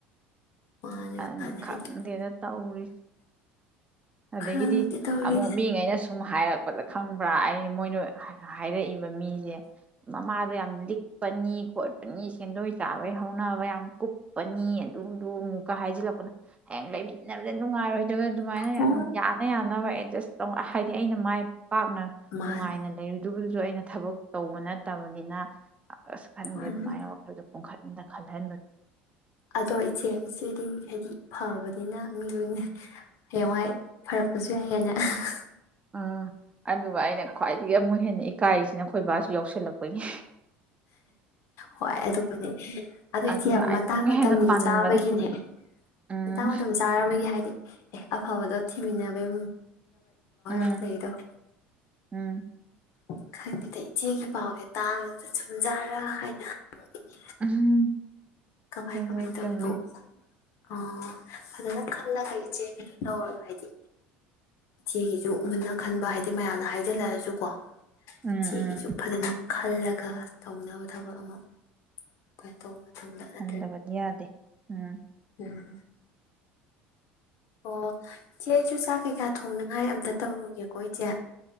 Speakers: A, on the left; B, on the right.
A: ꯃꯥꯅꯦ
B: ꯑꯅ
A: ꯃꯥꯅꯦ
B: ꯈꯪꯗꯦꯗ
A: ꯍꯥꯏꯗꯤ
B: ꯇꯧꯔꯤ ꯑꯗꯒꯤꯗꯤ
A: ꯈꯪꯗꯦ ꯇꯧꯔꯤꯁꯦ
B: ꯑꯃꯨꯛ ꯃꯤꯉꯩꯅꯁꯨ <unintelligible> ꯍꯥꯏꯔꯛꯄꯗ ꯈꯪꯕ꯭ꯔꯥ ꯑꯩ ꯃꯣꯏꯅ ꯍꯥꯏ ꯍꯥꯏꯔꯛꯏꯕ ꯃꯤꯖꯦ ꯃꯃꯥꯗꯣ ꯌꯥꯝ ꯂꯤꯛꯄꯅꯤ ꯈꯣꯠꯄꯅꯤ ꯁꯦꯟꯗꯣꯏ ꯆꯥꯕꯩ ꯍꯧꯅꯕ ꯌꯥꯝ ꯀꯨꯞꯄꯅꯤ ꯑꯗꯨꯗꯨ ꯃꯨꯛꯀ ꯍꯥꯏꯖꯤꯜꯂꯛꯄꯅ ꯍꯑꯦꯡ ꯂꯩꯃꯤꯟꯅꯕꯗ ꯅꯨꯡꯉꯥꯏꯔꯣꯏ <inaudible> ꯗꯨꯃꯥꯏꯅ
A: ꯍꯣꯏ
B: ꯎꯝ ꯌꯥꯅ ꯌꯥ ꯅꯕ ꯑꯦꯖꯁ <inaudible> ꯗꯤ ꯑꯩꯅ ꯃꯥꯏ ꯄꯥꯛꯅ
A: ꯃꯥꯅꯤ
B: ꯅꯨꯉꯥꯏꯅ ꯂꯩꯔꯨ ꯗꯨꯕꯨꯖꯨꯖꯨ ꯑꯩꯅ ꯊꯕꯛ ꯇꯧꯕ ꯅꯠꯇꯕꯅꯤꯅ ꯑꯁ ꯈꯟꯗꯦ
A: ꯃꯥꯅꯤ
B: ꯗꯨꯃꯥꯏꯅ ꯋꯈꯜꯗꯣ ꯄꯨꯡꯈꯟ ꯗ ꯈꯟꯒꯟꯕꯅꯤ
A: ꯑꯗꯣ ꯏꯆꯦ ꯏꯆꯦꯗꯤ ꯍꯩꯗꯤ ꯐꯕꯅꯤꯅ ꯃꯤ ꯂꯣꯏꯅ ꯍꯌꯦꯡꯋꯥꯏ ꯐꯔꯛꯄꯖꯨ ꯌꯥꯏ ꯍꯦꯟꯅ ꯑꯍꯍ
B: ꯎꯝ ꯑꯗꯨ ꯑꯩꯅ ꯈ꯭ꯋꯥꯢꯗꯒꯤ ꯑꯃꯨ ꯍꯦꯟꯅ ꯏ ꯇꯥꯏꯁꯤꯅ ꯑꯩꯈꯣꯏ ꯕꯥꯁꯨ ꯌꯥꯎꯁꯜꯂꯛꯄꯩꯅꯦ
A: ꯍꯣꯏ ꯑꯗꯨꯕꯨꯗꯤ ꯑꯗꯣ
B: ꯑꯗꯨ
A: ꯏꯆꯦ
B: ꯑꯩ
A: ꯃꯇꯥꯡ
B: ꯑꯃꯨꯛ
A: ꯃꯇꯝꯗꯤ
B: ꯍꯦꯟꯅ ꯇꯟꯕꯗ
A: ꯆꯥꯕꯒꯤꯅꯦ
B: ꯎꯝ
A: ꯃꯇꯥꯡ ꯃꯇꯝ ꯆꯥꯔꯕꯒꯤ ꯍꯥꯢꯗꯤ ꯑꯦ ꯑꯐꯕꯥꯗꯣ ꯊꯤꯃꯤꯟꯅꯕꯩ
B: ꯎꯝ
A: <inaudible>
B: ꯎꯝ
A: <unintelligible> ꯈꯪꯗꯦꯗ ꯏꯆꯦꯒꯤ ꯄꯥꯎꯁꯦ ꯇꯥꯕꯗ <unintelligible>
B: <unintelligible>
A: ꯀꯃꯥꯏ
B: ꯆꯨꯝꯃꯦ
A: ꯀꯃꯥꯏ ꯇꯧꯔꯤꯅꯣ
B: ꯆꯨꯝꯃꯦ
A: ꯑ ꯐꯖꯅ ꯈꯪꯅꯒ꯭ꯔꯦ ꯏꯆꯦꯒꯤ ꯍꯥꯏꯗꯤ ꯏꯆꯦꯒꯤꯖꯨ ꯃꯨꯟꯅ ꯈꯟꯕ ꯍꯥꯏꯗꯤ ꯃꯌꯥꯝꯅ ꯍꯥꯏꯖꯤꯜꯂꯛ ꯑꯁꯨꯀꯣ
B: ꯎꯝ
A: ꯏꯆꯦꯒꯤꯁꯨ
B: ꯎꯝ
A: ꯐꯖꯅ ꯈꯜꯂꯒ ꯇꯧꯅꯕ ꯊꯕꯛ ꯑꯃꯨꯛ <unintelligible>
B: ꯍꯤꯡꯗꯕꯗꯤ ꯌꯥꯗꯦ ꯎꯝ
A: ꯎꯝ ꯑꯣ ꯏꯆꯦ ꯑꯩꯁꯨ ꯆꯥꯛ ꯀꯩꯀꯥ ꯊꯣꯡꯅꯉꯥꯏ ꯑꯝꯇ ꯇꯧꯔꯨꯒꯦꯀꯣ ꯏꯆꯦ